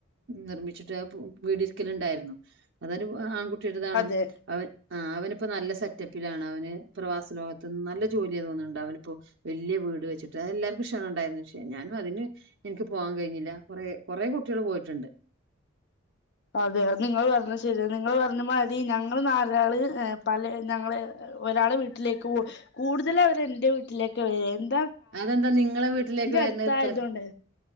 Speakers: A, on the right (about 65°); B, on the left (about 60°).
A: നിർമ്മിച്ചിട്ട് വീട് ഇരിക്കലുണ്ടായിരുന്നു അതൊരു ആൺകുട്ട <unintelligible>
B: അതെ
A: അവൻ ആ അവനിപ്പോ നല്ല സെറ്റപ്പിലാണ് അവന് പ്രവാസലോകത്ത് നല്ല ജോലി തോന്നുന്നുണ്ട് അവനിപ്പോൊ വല്യ വീട് വെച്ചിട്ട് അ എല്ലാർക്കും ക്ഷണം ഉണ്ടായിരുന്നു ഞാനും അതിന് എനിക്ക് പോകാൻ കഴിഞ്ഞില്ല കുറെ കുറെേ കുട്ടികൾ പോയിട്ടുണ്ട്
B: അതെ നിങ്ങൾ പറഞ്ഞത് ശരിയ നിങ്ങൾ പറ മതി ഞങ്ങൾ നരാള് പല ഞങ്ങൾ ഒരാളെ വീട്ടിലേക്ക് പോ കൂടുതല അവർൻ്റെ വീട്ടിലേക്ക് വരാ
A: അതെന്താ നിങ്ങളെ വീട്ടിലേക്ക് വരണ
B: അടുത്തായതുകൊണ്ട്
A: ഇത്ര